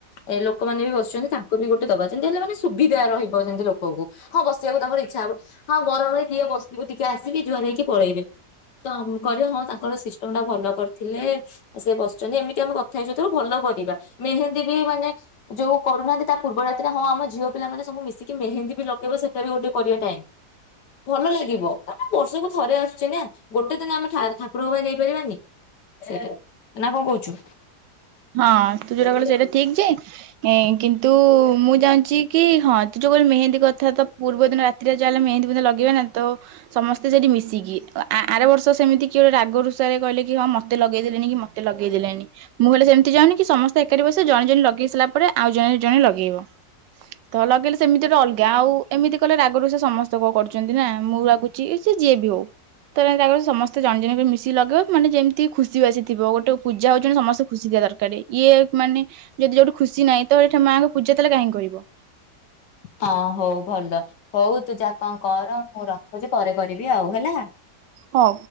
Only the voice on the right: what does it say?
ହଁ ତୁ ଯୋଉଟା
କହିଲ ସେଇଟା ଠିକ ଯେ ଏଁ କିନ୍ତୁ ତୁ ମୁଁ ଜାଣିଛି କି ହଁ ଯୋଉ ଭଳି ମେହେନ୍ଦୀ କଥା ତ ପୂର୍ବ ଦିନ ରାତିରେ ଲେ ମେନ୍ଦୀ ମେହେ ଲଗେଇବେ ନା ତ ସମସ୍ତେ ସେଠି ମିଶିକି ଆର ବର୍ଷ ସେମିତି କି ଗୋଟେ ରାଗ ରୁଷାରେ କହିଲେ କି ହଁ ମତେ ଲଗେଇ କି ମତେ ଲଗେଇ ଦେଲେଣି ମୁଁ କଲେ ସେମିତି ଜାନି ସମସ୍ତେ ଏକାଠି ବସିବ ଜଣେ ଜଣେ ଲଗେଇସାଇଲା ପରେ ଆଉ ଜଣେ ଜଣେ ଲଗେଇବ ତ ଲଗେଇଲେ ସେମିତି ଅଲଗା ଆଉ ଏମିତି କହିଲେ ରାଗ ରୁସା ସେ ସମସ୍ତେ କଣ କରୁଛନ୍ତି ନା ମୁଁ ରାଗୁଛି ସେ ଯିଏ ବି ହଉ ତା ରାଗରୁ ସେ ସମସ୍ତେ ଜଣେ ଜଣ କରି ମିଶି ଲଗିବ ମାନେ ଯେମିତି ଖୁସି ବାସି ଥ ଗୋଟେ ପୂଜା ହଛନ୍ତି ସମସ୍ତ ଖୁସି ଦିଆ ଦରକାର ଇଏ ମାନେ ଯଦି ଯୋଉଠି ଖୁସି ନାହିଁ ତାହେଲେ ମାଆଙ୍କ ପୂଜା ତାହଲେ କାହିଁ କରିବ।
ହଉ।